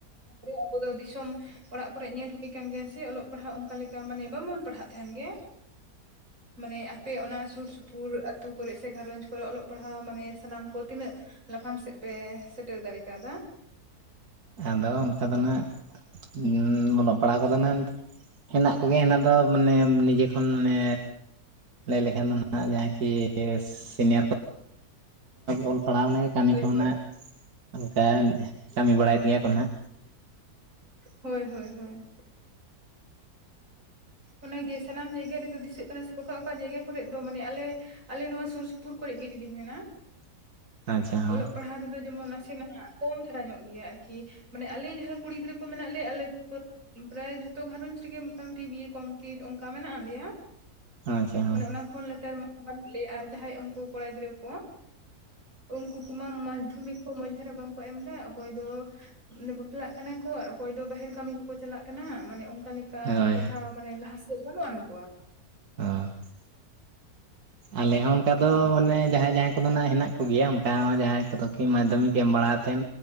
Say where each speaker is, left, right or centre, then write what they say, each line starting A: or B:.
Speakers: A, on the right (about 55°); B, on the right (about 80°).
A: <unintelligible> ᱟᱵᱚ ᱫᱚ ᱫᱤᱥᱚᱢ ᱚᱲᱟᱜ ᱠᱚᱨᱮ ᱧᱮᱞ ᱦᱩᱭ ᱠᱟᱱ ᱜᱮᱭᱟ ᱥᱮ ᱚᱞᱚᱜ ᱯᱟᱲᱦᱟᱜ ᱚᱱᱠᱟ ᱞᱮᱠᱟ ᱢᱟᱱᱮ ᱵᱟᱝ ᱵᱚᱱ ᱯᱟᱲᱦᱟᱜ ᱛᱟᱦᱮᱱ ᱜᱮ
B: <inaudible>
A: ᱢᱟᱱᱮ ᱟᱯᱮ ᱚᱱᱟ ᱥᱩᱨ ᱥᱩᱯᱩᱨ ᱟᱹᱛᱩ ᱠᱚᱨᱮ ᱥᱮ ᱜᱷᱟᱨᱚᱧᱡᱽ ᱠᱚᱨᱮ ᱚᱞᱚᱜ ᱯᱟᱲᱦᱟᱣ ᱢᱟᱱᱮ ᱥᱟᱱᱟᱢ ᱠᱚ ᱛᱤᱱᱟᱹᱜ ᱞᱟᱯᱷᱟᱝ ᱥᱮᱫ ᱯᱮ ᱥᱮᱴᱮᱨ ᱫᱟᱲᱮ ᱠᱟᱣᱫᱟ?
B: ᱟᱫᱚ ᱚᱱᱠᱟ ᱫᱚ ᱱᱟᱜ ᱩᱸᱻ ᱚᱞᱚᱜ ᱯᱟᱲᱦᱟᱣ ᱠᱚᱫᱚ ᱱᱟᱜ ᱱᱤᱛ ᱦᱮᱱᱟᱜ ᱠᱚ ᱜᱮᱭᱟ ᱦᱮᱱᱟᱜ ᱫᱚ ᱢᱟᱱᱮ ᱱᱤᱡᱮ ᱠᱷᱚᱱ ᱢᱟᱱᱮ ᱞᱟᱹᱭ ᱞᱮᱠᱷᱟᱱ ᱫᱚ ᱱᱟᱦᱟᱜ ᱡᱟᱦᱟᱸ ᱠᱤ ᱥᱤᱱᱤᱭᱟᱨ ᱠᱚ ᱚᱞ ᱯᱟᱲᱦᱟᱣ <unintelligible> ᱠᱟᱹᱢᱤ
A: ᱦᱳᱭ
B: ᱠᱚᱦᱚᱸ
A: ᱦᱳᱭ
B: ᱱᱟᱜ ᱚᱱᱠᱟ ᱠᱟᱹᱢᱤ ᱵᱟᱲᱟᱭᱮᱫ ᱜᱮᱭᱟ ᱠᱚ ᱱᱟᱜ᱾
A: ᱦᱳᱭ ᱦᱳᱭ ᱦᱳᱭ᱾ ᱚᱱᱟ ᱜᱮ ᱥᱟᱱᱟᱢ ᱡᱟᱭᱜᱟ ᱨᱮᱫᱚ ᱫᱤᱥᱟᱹᱜ ᱠᱟᱱᱟ ᱥᱮ ᱚᱠᱟ ᱚᱠᱟ ᱡᱟᱭᱜᱟ ᱠᱚᱨᱮᱫ ᱫᱚ ᱢᱟᱱᱮ ᱟᱞᱮ ᱟᱞᱮ ᱱᱚᱣᱟ ᱥᱩᱨ ᱥᱩᱯᱩᱨ ᱠᱚᱨᱮᱫ ᱜᱮ ᱡᱩᱫᱤᱧ ᱢᱮᱱᱟ
B: <inaudible> ᱦᱚᱸ
A: ᱚᱞᱚᱜ ᱯᱟᱲᱦᱟᱣ ᱛᱮᱫᱚ ᱡᱮᱢᱚᱱ ᱱᱟᱥᱮ ᱱᱟᱜ ᱠᱚᱢ ᱫᱷᱟᱨᱟ ᱧᱚᱜ ᱜᱮᱭᱟ ᱟᱨᱠᱤ ᱢᱟᱱᱮ ᱟᱞᱮ ᱡᱟᱦᱟᱸ ᱠᱩᱲᱤ ᱜᱤᱫᱽᱨᱟᱹ ᱠᱚ ᱢᱮᱱᱟᱜ ᱞᱮᱭᱟ ᱟᱞᱮ ᱫᱚ ᱯᱨᱟᱭ ᱡᱚᱛᱚ ᱜᱷᱟᱨᱚᱸᱡᱽ ᱨᱮᱜᱮ ᱢᱚᱴᱟᱢᱩᱴᱤ ᱵᱤᱭᱮ ᱠᱚᱢᱯᱞᱤᱴ ᱚᱱᱠᱟ ᱢᱮᱱᱟᱜ ᱞᱮᱭᱟ,
B: ᱟᱪᱪᱷᱟ ᱦᱚᱸ
A: ᱢᱟᱱᱮ ᱚᱱᱟ ᱠᱷᱚᱱ ᱞᱟᱛᱟᱨ ᱢᱟ ᱵᱟᱹᱱᱩᱜ ᱞᱮᱭᱟ ᱟᱨ ᱡᱟᱦᱟᱸᱭ ᱩᱱᱠᱩ ᱠᱚᱲᱟ ᱜᱤᱫᱽᱨᱟᱹ, ᱠᱚ ᱩᱱᱠᱩ ᱠᱚᱢᱟ ᱢᱟᱫᱽᱫᱷᱚᱢᱤᱠ ᱢᱚᱸᱡᱽ ᱫᱷᱟᱨᱟ ᱵᱟᱝ ᱠᱚ ᱮᱢ ᱮᱫᱟ ᱚᱠᱚᱭ ᱫᱚ ᱢᱟᱱᱮ ᱵᱟᱯᱞᱟᱜ ᱠᱟᱱᱟ ᱠᱚ ᱟᱨ ᱚᱠᱚᱭ ᱫᱚ ᱵᱟᱦᱮᱨ ᱠᱟᱹᱢᱤ ᱠᱚ ᱠᱚ ᱪᱟᱞᱟᱜ ᱠᱟᱱᱟ ᱢᱟᱱᱮ ᱚᱱ ᱚᱱᱠᱟ ᱞᱮᱠᱟ
B: ᱦᱳᱭ
A: ᱯᱟᱲᱦᱟᱣ ᱢᱟᱱᱮ ᱞᱟᱦᱟ ᱥᱮᱫ ᱵᱟᱹᱱᱩᱜ ᱟᱱ ᱠᱚᱣᱟ,
B: <inaudible> ᱟᱞᱮ ᱦᱚᱸ ᱚᱱᱠᱟ ᱫᱚ
A: ᱦᱳᱭ
B: ᱢᱟᱱᱮ ᱡᱟᱦᱟᱸᱭ ᱡᱟᱦᱟᱸ ᱠᱚᱫᱚ ᱱᱟᱜ ᱦᱮᱱᱟᱜ ᱠᱚᱜᱮᱭᱟ ᱚᱱᱠᱟ ᱡᱟᱦᱟᱸᱭ ᱠᱚ ᱫᱚ ᱠᱤ ᱢᱟᱫᱽᱫᱷᱚᱢᱤᱠ ᱮᱢ ᱵᱟᱲᱟᱛᱮᱱ,